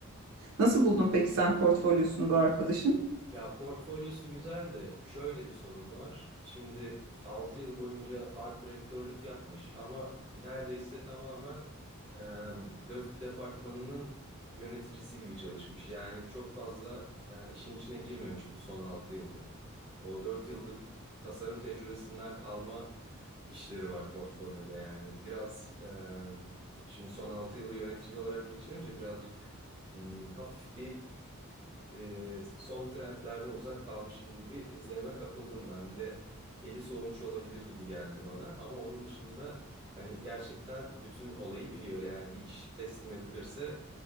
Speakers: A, on the right; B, on the right.
A: nasıl buldun peki sen portfolyosunu bu arkadaşın?
B: Ya portfolyosu güzel de şöyle bir sorun var. Şimdi 6 yıl boyunca art direktörlük yapmış ama neredeyse tamamen e, grafik departmanının yöneticisi gibi çalışmış. Yani çok fazla e, işin içine girmemiş bu son 6 yılda. O 4 yıllık tasarım tecrübesinden kalma işleri var portfolyoda yani. Biraz e, şimdi son 6 yılı yönetici olarak geçirince birazcık hmm, hafif bir e, son trendlerden uzak kalmış gibi bir izlenime kapıldım ben. Bir de eli soğumuş olabilir gibi geldi bana ama onun dışında hani gerçekten bütün olayı biliyor. Yani bir iş teslim edilirse